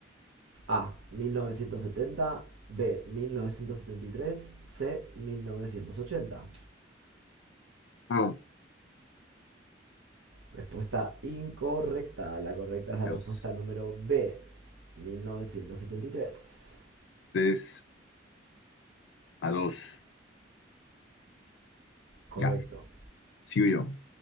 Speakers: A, on the right; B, on the left.
A: A. 1970. B. 1973. C. 1980.
B: Ah,
A: Respuesta incorrecta. La correcta es la
B: Dios.
A: respuesta número B. 1973.
B: 3 a dos
A: Correcto.
B: Ya, sigo yo.